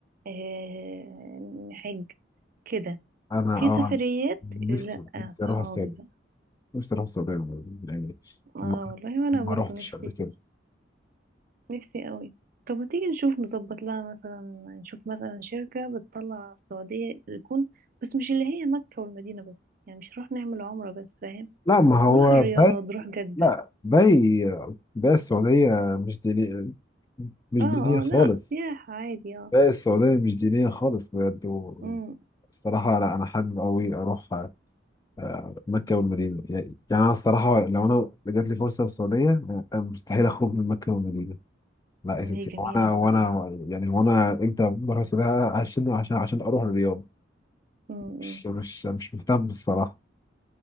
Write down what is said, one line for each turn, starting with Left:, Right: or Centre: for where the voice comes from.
Right: آه نحج كده
Left: أنا
Right: في
Left: أه
Right: سفريات
Left: نفسي
Right: لا
Left: نفسي
Right: صحابي
Left: أروح السعودية
Right: بقى
Left: نفسي أروح السعودية يعني
Right: اه
Left: ما
Right: والله وانا
Left: ما
Right: برضو
Left: روحتش
Right: نفسي
Left: قبل كده
Right: نفسي قوي طب ما تيجي نشوف نظبط لها مثلا نشوف مثلا شركة بتطلع السعودية يكون بس مش اللي هي مكة والمدينة بس يعني مش نروح نعمل عمرة بس فاهم
Left: لا ما هو
Right: نروح الرياض
Left: باين
Right: نروح جدة
Left: لا باي باي السعودية مش دينية مش
Right: اه اه
Left: دينية خالص
Right: لا سياحة عادي اه
Left: باي السعودية مش دينية خالص بجد و-
Right: امم
Left: الصراحة لا أنا حابب أوي أروح آه، مكة والمدينة يعني يعني أنا الصراحة لو أنا جات لي فرصة في السعودية آه، أنا مستحيل أخرج من مكة والمدينة لا
Right: وهي
Left: يا ستي
Right: جميلة
Left: وأنا
Right: بصراحة
Left: وأنا يعني وأنا إمتى بروح السعودية عشان عشان عشان أروح الرياض
Right: امم
Left: مش مش مش مهتم الصراحة